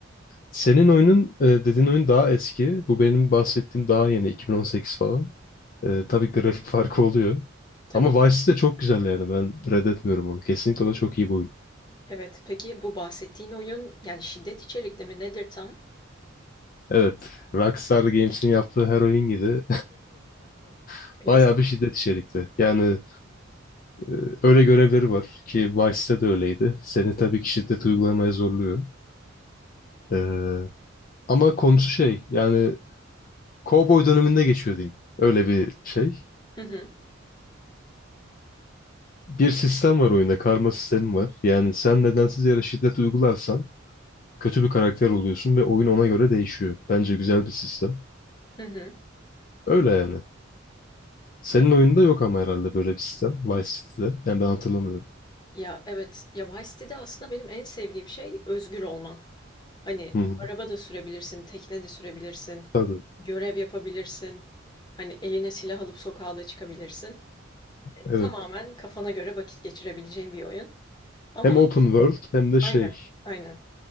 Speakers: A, on the left (about 45°); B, on the left (about 20°).
A: Senin oyunun e, dediğin oyun daha eski. Bu benim bahsettiğim daha yeni 2018 falan. E, tabii grafik farkı oluyor.
B: Tabii
A: Ama
B: ki.
A: Vice City de çok güzel yani ben reddetmiyorum onu. Kesinlikle o da çok iyi bir oyun.
B: Evet peki bu bahsettiğin oyun yani şiddet içerikli mi nedir tam?
A: Evet. Rockstar Games'in yaptığı her oyun gibi <laughs>
B: Klasik.
A: bayağı bir şiddet içerikli. Yani e, öyle görevleri var ki Vice'de de öyleydi. Seni tabii ki şiddet uygulamaya zorluyor. E, ama konusu şey yani Cowboy döneminde geçiyor diyeyim. Öyle bir şey.
B: Hı hı.
A: Bir sistem var oyunda. Karma sistemi var. Yani sen nedensiz yere şiddet uygularsan kötü bir karakter oluyorsun ve oyun ona göre değişiyor. Bence güzel bir sistem.
B: Hı hı.
A: Öyle yani. Senin oyunda yok ama herhalde böyle bir sistem. Vice City'de. Yani ben hatırlamıyorum.
B: Ya evet ya Vice City'de aslında benim en sevdiğim şey özgür olman. Hani
A: Hı hı.
B: araba da sürebilirsin, tekne de sürebilirsin,
A: Tabii.
B: görev yapabilirsin. Hani eline silah alıp sokağa da çıkabilirsin.
A: Evet.
B: Tamamen kafana göre vakit geçirebileceğin bir oyun. Ama
A: Hem open world hem de
B: aynen,
A: şey.
B: aynen.